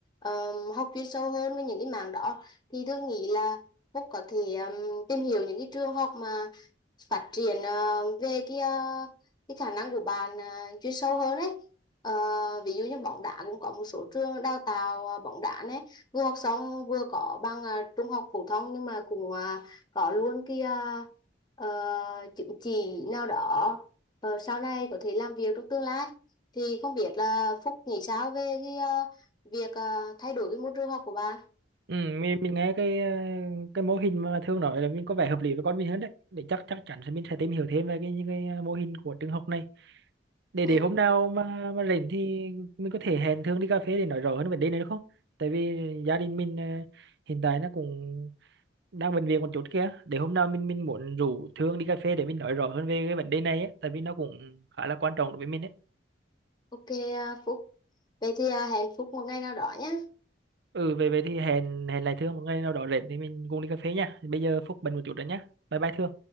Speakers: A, on the left (about 25°); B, on the right (about 65°).
A: um, học chuyên sâu hơn với những cái mảng đó thì tôi nghĩ là Phúc có thể um, tìm hiểu những cái trường học mà phát triển ờ, về cái ờ, cái khả năng của bạn ờ, chuyên sâu hơn đấy Ờ, ví dụ như bóng đá cũng có một số trường đào tạo ờ, bóng đá đấy vừa học xong vừa có bằng à, trung học phổ thông nhưng mà cũng à, có luôn cái à, ờ, chứng chỉ nào đó ờ, sau này có thể làm việc trong tương lai thì không biết là Phúc nghĩ sao về cái à, việc à, thay đổi cái môi trường học của bạn
B: ừ, mình mình nghe cái ờ, cái mô hình mà Thương nói là mình có vẻ hợp lý với con mình hơn đấy để chắc chắc chắn sẽ mình sẽ tìm hiểu thêm về cái những cái ờ, mô hình của trường học này để
A: ừ.
B: để hôm nào mà mà rảnh thì mình có thể hẹn Thương đi cà phê để nói rõ hơn vấn đề này được không tại vì gia đình mình ờ, hiện tại nó cũng đang bệnh viện một chút kia để hôm nào mình mình muốn rủ Thương đi cà phê để mình nói rõ hơn về cái vấn đề này ấy, tại vì nó cũng khá là quan trọng đối với mình ấy
A: Ok à, Phúc vậy thì à, hẹn Phúc một ngày nào đó nhé
B: ừ về về thì hẹn hẹn lại Thương một ngày nào đó rảnh thì mình cùng đi cà phê nha bây giờ Phúc bận một chút rồi nhá bye bye Thương